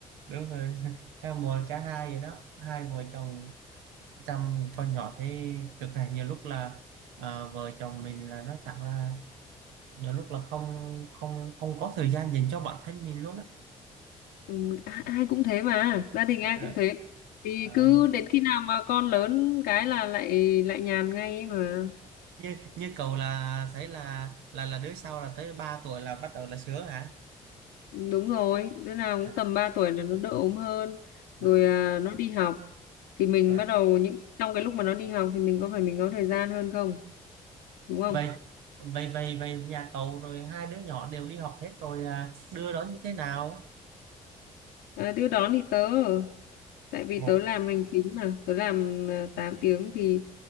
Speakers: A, on the right; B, on the left.
A: đúng rồi <laughs> ca một ca hai vậy đó hai vợ chồng chăm con nhỏ thấy cực là nhiều lúc là à, vợ chồng mình là nói thẳng là nhiều lúc là không không không có thời gian dành cho bản thân mình luôn á
B: Ừ, a- ai cũng thế mà gia đình ai
A: Ờ,
B: cũng thế thì
A: ờ,
B: cứ đến khi nào mà con lớn cái là lại lại nhàn ngay ấy mà
A: như như cậu là thấy là là là đứa sau là tới 3 tuổi là bắt đầu là sướng hả
B: Ừ, đúng rồi đứa nào
A: à,
B: cũng tầm 3 tuổi là nó đỡ ốm hơn
A: à,
B: rồi à, nó đi học thì mình
A: à.
B: bắt đầu những trong cái lúc mà nó đi học thì mình có phải mình có thời gian hơn không đúng không
A: vậy vậy vậy vậy nhà cậu rồi hai đứa nhỏ đều đi học hết rồi à, đưa đón như thế nào
B: à, đưa đón thì tớ ở- tại vì
A: một
B: tớ làm hành chính mà tớ làm à, 8 tiếng thì